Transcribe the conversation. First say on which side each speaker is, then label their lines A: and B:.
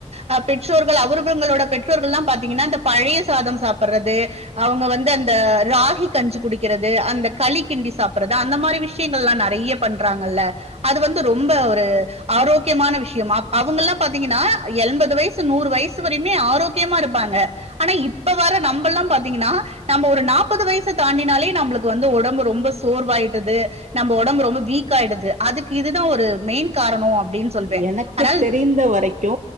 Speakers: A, on the right; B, on the right.
A: அ பெற்றோர்கள் அவர்கள்ங்களோட பெற் ற்றோர்கள்லா பாத்தீங்கனா இந்த பழைய சாதம் சாப்பட்றது அவங்க வந்து அந்த ராகி கஞ்சி குடிக்கறது அந்த களி கிண்டி சாப்பட்றது அந்த மாரி விஷ்யங்கள்லா நறைய பண்றாங்கல்ல அது வந்து ரொம்ப ஒரு து ஆரோக்கியமான விஷ்யமா அப் அவுங்கல்லாம் பாத்தீங்கனா எண்பது வயசு நூறு வயசு வரையுமே ஆரோக் கியமா இருப்பாங்க ஆனா இப்ப வர நம்பல்லா பாத்தீங்கனா நம்ப ஒரு நாப்பது வயசு தாண்டினாலே நம்ப ளுக்கு வந்து உடம்பு ரொம்ப சோர்வாயிடுது நம்ம உடம்பு ரொம்ப வீக்காயிடுது அதுக்கு இதுதா ஒரு மெயின் காரணம் அப்படின்னு சொல்வேன்
B: எனக்கு
A: அதனால
B: தெரிந்த வரைக்கு